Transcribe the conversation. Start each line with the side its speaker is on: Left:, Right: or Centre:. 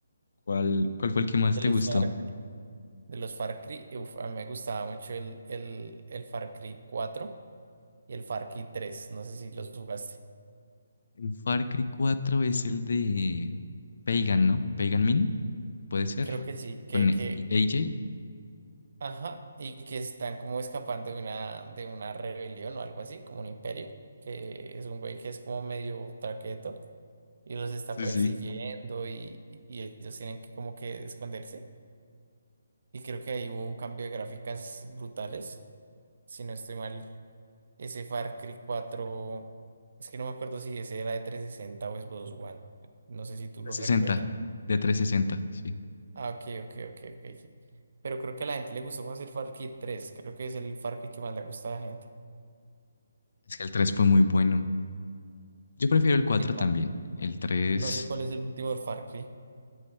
Left: ¿Cuál, cuál fue el que más
Right: de
Left: te
Right: los
Left: gustó?
Right: Far, de los Far Cry. Uf, a mí me gustaba mucho el, el, el Far Cry cuatro y el Far Cry tres No sé si los jugaste.
Left: El Far Cry 4 es el de Pagan, ¿no? Pagan Min, puede ser.
Right: Creo que sí, que,
Left: Con AJ.
Right: que, Ajá, y que están como escapando de una, de una rebelión o algo así, como un imperio, que es un güey que es como medio traqueto y los está
Left: Sí,
Right: persiguiendo
Left: sí.
Right: y, y- y ellos tienen que como que esconderse. Y creo que ahí hubo un cambio de gráficas brutales. Si no estoy mal, ese Far Cry cuatro es que no me acuerdo si ese era de 360 o Xbox One, no sé si tú
Left: 360,
Right: lo recuerdas.
Left: de 360, sí.
Right: Ah, ok, ok, ok, ok. ok. Pero creo que a la gente le gustó más el Far Cry tres creo que es el Far Cry que más le gusta a la gente.
Left: Es que el tres fue muy bueno. Yo prefiero el cuatro
Right: el Far-
Left: también.
Right: Cry.
Left: El 3,
Right: No sé cuál es el último de Far Cry.